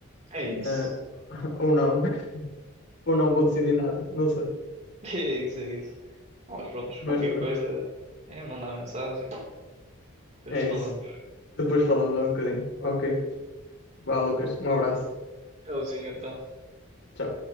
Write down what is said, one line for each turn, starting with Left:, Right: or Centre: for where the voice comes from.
Right: É isso.
Left: eh,
Right: <laughs>
Left: <laughs> ou não, <laughs> ou não vou decidir nada, não sei.
Right: É isso, é isso. Vamos, pronto,
Left: Mas
Right: qualquer
Left: pronto,
Right: coisa é mandar mensagem. Depois
Left: é
Right: falamos.
Left: isso. Depois falamos um bocadinho. Ok. Vá, Lucas, um abraço.
Right: Tchauzinho, então.
Left: Tchau.